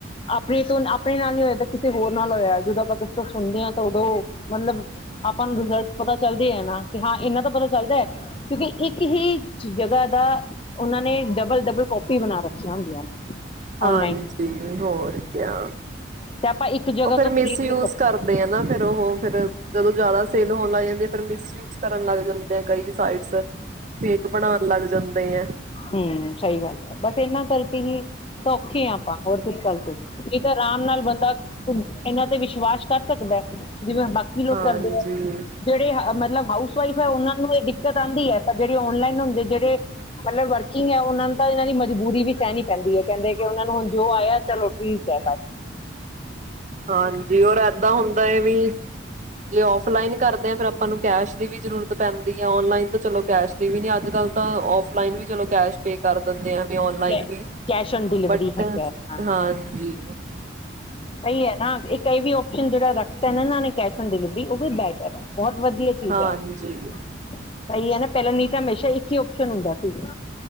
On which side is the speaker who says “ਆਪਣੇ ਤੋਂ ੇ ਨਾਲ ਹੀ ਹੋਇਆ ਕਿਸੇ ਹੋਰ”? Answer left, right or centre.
Left